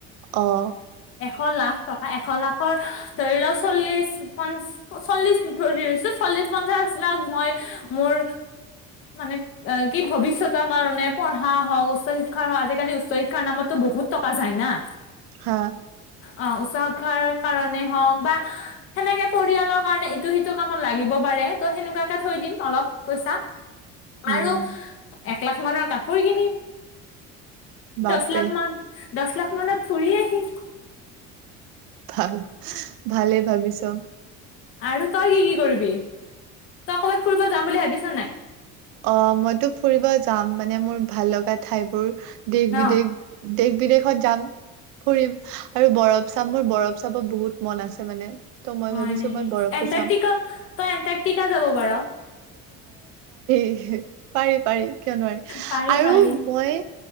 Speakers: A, on the right; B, on the left.
A: অহ ',
B: এশ লাখ টকা এশ লাখৰ ধৰি লওক চল্লিশ- চল্লিশ ধৰিছো চল্লিশ পঞ্চাশ লাখ মই মোৰ মানে কি ভৱিষ্যতৰ কাৰণে পঢ়া হওক উচ্চ শিক্ষাৰ হওক আজিকালি উচ্চ শিক্ষাৰ নামতো বহুত টকা যায় না।
A: অহ ',
B: অহ ', উচ্চ শিক্ষাৰ কাৰণে হওক বা সেনেকে পৰিয়ালক কাৰণে ইটো সিটো কামত লাগিব পাৰে ত' সেনেকুৱাকে থৈ দিম অলপ পইচা।
A: উম
B: আৰু এক লাখ মানৰ কাপোৰ কিনিম।
A: বাপৰে
B: দহ লাখ মান দহ লাখ মানত ফুৰি আহিম।
A: ভাল - ভালেই ভাবিছ।
B: আৰু তই কি - কি কৰিবি? তই কবাত ফুৰিব যাম বুলি ভাবিছা নাই।
A: অহ ', মইতো ফুৰিব যাম মানে মোৰ ভাল লগা ঠাইবোৰ। দেশ
B: ন
A: বিদেশ দেশ বিদেশত যাম ফুৰিম আৰু বৰফ চাম মোৰ বৰফ চাপৰ বহুত মন আছে মানে। ত' মই
B: হয়
A: ভাবিছো
B: নেকি
A: মই বৰফো
B: এণ্টাৰ্টিকা
A: চাম
B: তই এণ্টাৰ্টিকা যাব পাৰ।
A: এহে পাৰি - পাৰি কিয় নোৱাৰি
B: পাৰি
A: আৰু
B: পাৰি
A: মই